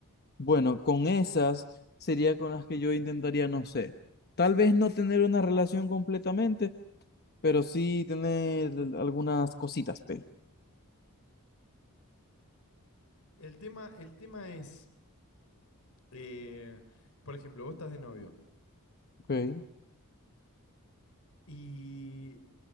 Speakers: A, on the left; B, on the left.
A: Bueno, con esas sería con las que yo intentaría, no sé, tal vez no tener una relación completamente pero sí tener algunas cositas, P.
B: El tema, el tema es, eh, por ejemplo, vos estás de novio
A: Ok,
B: y